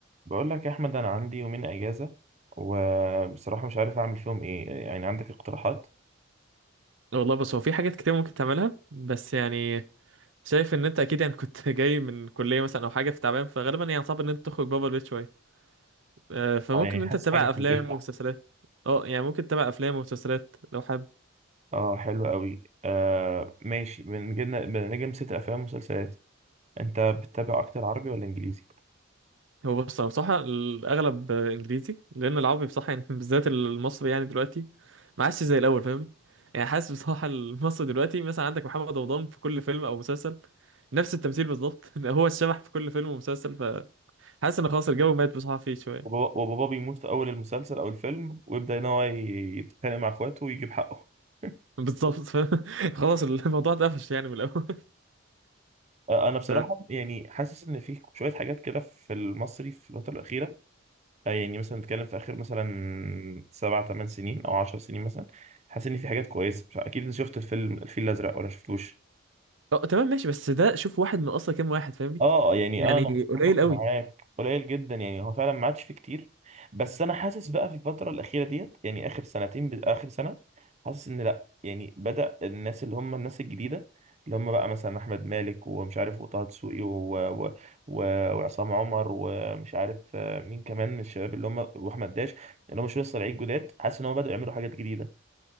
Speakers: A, on the right; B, on the right.
A: بقول لك يا احمد انا عندي يومين اجازه وبصراحه مش عارف اعمل فيهم ايه يعني عندك اقتراحات
B: والله بس هو في حاجات كتير ممكن تعملها بس يعني شايف ان انت اكيد يعني كنت <laughs> جاي من كليه مثلا او حاجه في تعبان فغالبا يعني صعب ان انت تخرج بابا البيت شويه آه، فممكن
A: اه يعني
B: ان
A: حاسس
B: انت تتابع
A: حاجه في
B: افلام
A: البيت احسن
B: ومسلسلات اه يعني ممكن تتابع افلام ومسلسلات لو حابب
A: اه حلو قوي آه ماشي بنجي بنجي نسيت افلام ومسلسلات انت بتتابع اكتر عربي ولا انجليزي
B: هو بص انا بصراحه الاغلب آه، انجليزي لان العربي بصراحه يعني <laughs> بالذات المصري يعني دلوقتي ما عادش زي الاول فاهمني يعني حاسس بصراحه المصري دلوقتي مثلا عندك محمد رمضان في كل فيلم او مسلسل نفس التمثيل بالظبط <laughs> هو الشبح في كل فيلم ومسلسل فحاسس ان خلاص الجو مات بصراحه فيه شويه
A: وبابا, وبابا بيموت في اول المسلسل او الفيلم ويبدا ان هو ي- يتخانق مع اخواته ويجيب حقه <laughs>
B: بالظبط فاهم؟ <laughs> خلاص الموضوع اتقفش يعني من الاول
A: آه انا بصراحه
B: ف...
A: يعني حاسس ان في شويه حاجات كده في المصري في الفتره الاخيره آه، يعني مثلا نتكلم في اخر مثلا سبع ثمان سنين او عشر سنين مثلا حاسس ان في حاجات كويسه مش عارف- اكيد انت شفت الفيلم الفيل الازرق ولا شفتوش
B: آه، تمام ماشي بس ده شوف واحد من اصلا كام واحد فاهمني
A: اه يعني
B: يعني
A: انا متفق
B: قليل قوي
A: معاك قليل جدا يعني هو فعلا ما عادش فيه كتير بس انا حاسس بقى في الفتره الاخيره ديت يعني اخر سنتين ب... اخر سنه حاسس ان لا يعني بدا الناس اللي هم الناس الجديده اللي هم بقى مثلا احمد مالك ومش عارف وطه دسوقي و... و... و... وعصام عمر ومش عارف آه، مين كمان من الشباب اللي هم واحمد داش اللي هم شويه صراعيه جداد حاسس ان هم بداوا يعملوا حاجات جديده